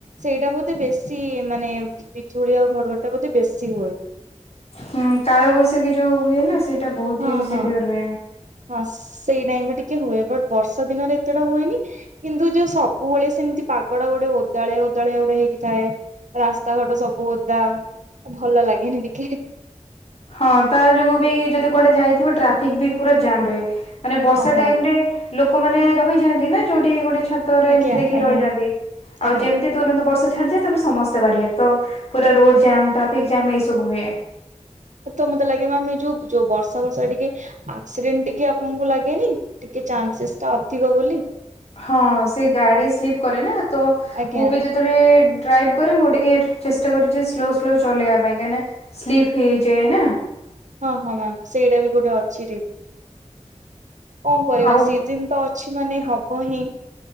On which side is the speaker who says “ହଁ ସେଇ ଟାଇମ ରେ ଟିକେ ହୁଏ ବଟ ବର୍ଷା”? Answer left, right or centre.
Right